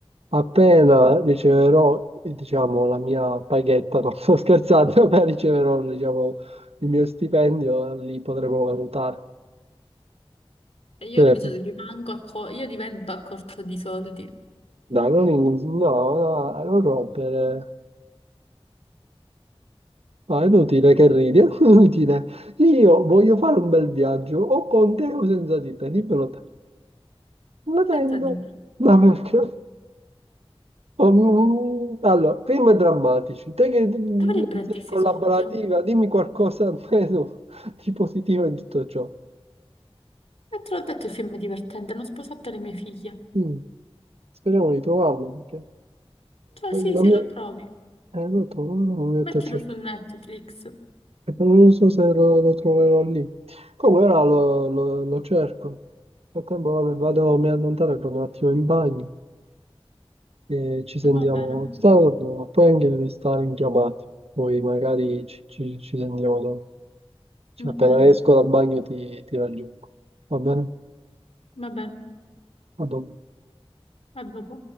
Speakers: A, on the right (about 80°); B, on the left (about 85°).
A: Appena riceverò, eh, diciamo, la mia paghetta, <laughs> non sto scherzando, <laughs> appena riceverò, diciamo, il mio stipendio, li potremo valutare.
B: E io
A: Cioè,
B: invece rimango a co- io divento a corto di soldi.
A: dai, non, in- no, no, non rompere. No, è inutile che ridi, <laughs> è inutile. Io voglio fare un bel viaggio, o con te o senza di te, dimmelo te. Ma tanto,
B: Senza di me.
A: ma perché? Oh, mm, mm, Allora, film drammatici. Te che mm,
B: Dove li prendi
A: non sei
B: questi
A: collaborativa,
B: soldi? amore?
A: dimmi qualcosa almeno <laughs> di positivo in tutto ciò.
B: E te l'ho detto, il film è divertente, hanno sposato le mie figlie.
A: Mm, Speriamo di trovarlo, perché eh,
B: Cioè, sì,
A: la
B: sì,
A: mia...
B: lo trovi.
A: eh, lo trovo, lo metto
B: Mettilo
A: a cercare.
B: su Netflix.
A: E poi Non so se lo, lo troverò lì. Come ora lo, lo- lo cerco. Nel frattempo, vabbè, vado, mi allontano e vado un attimo in bagno e ci sentiamo
B: Va bene,
A: tardi, poi anche restare in chiamata. Poi magari ci, ci ci sentiamo dopo. Cioè,
B: va
A: appena
B: bene,
A: esco dal bagno ti, ti raggiungo. Va bene?
B: va bene.
A: A dopo.
B: A dopo.